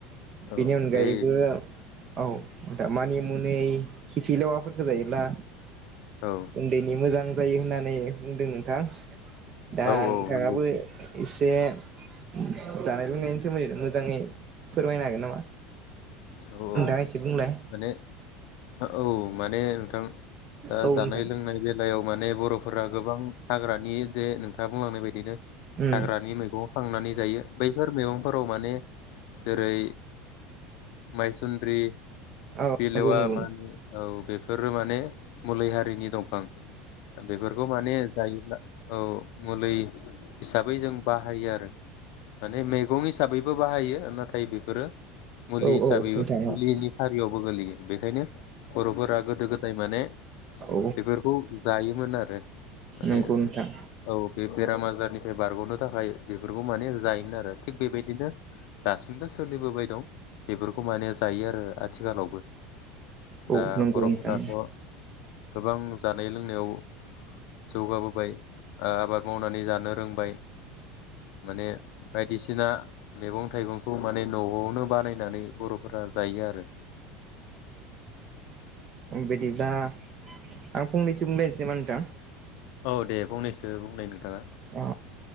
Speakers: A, on the right; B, on the left.
A: बिनि
B: औ
A: अनगायैबो
B: बै
A: औ दा मानि मुनै खिफिलेवाफोरखो जायोब्ला
B: औ
A: उन्दैनि मोजां जायो होनना नै बुंदों नोंथां। दा
B: औ
A: नोंथाङाबो
B: औ नंगौ
A: इसे उम जानाय लोंनायनि सा <unintelligible> मोजाङै फोरमायनो हागोन नामा?
B: औ औ
A: दा एसे बुंलाय।
B: माने औ माने नोंथां दा
A: औ
B: जानाय
A: नोंथां
B: लोंनाय बेलायाव माने बर'फोरा गोबां हाग्रानि जे नोंथाङा बुंलांनाय बायदिनो
A: उम
B: हाग्रानि मैगं खांनानै जायो बैफोर मैगंफोराव माने जेरै माइसुन्द्रि
A: औ
B: खिफिलेवा
A: नंगौ नंगौ
B: मानि ओ औ बेफोरो माने मुलि हारिनि दंफां। बेफोरखौ माने जायोब्ला औ। मुलै हिसाबै जों बाहायो आरो। माने मैगं हिसाबैबो बाहायो नाथाय बेफोरो मुलि
A: औ
B: हिसाबैबो
A: औ नोंथां
B: मुलिनि हारियावबो गोलैयो बेखायनो बर'फोरा गोदो गोद दाय माने
A: औ
B: बेफोरखौ जायो मोन आरो। माने
A: नंगौ नोंथां
B: औ बे बेराम आजारनि बे बारगनो थाखाय बेफोरखौ माने जायोमोन आरो थिग बेबायदिनो दासिमबो सोलिबोबाय दं। बेफोरखौ माने जायो आरो आथिखालावबो
A: औ
B: दा
A: नंगौ
B: बर'फोराथ'
A: नोंथां
B: गोबां जानाय लोंनायाव जौगाबोबाय। ओ आबाद मावनानै जानो रोंबाय माने बायदिसिना मैगं थाइगंखौ माने नआवनो बानायना नानै बरफोरा जायो आरो।
A: बिदिब्ला आं फंनैसो बुंलायनोसैमोन नोंथां।
B: औ दे फंनैसो बुंनाय नोंथाङा।
A: अ।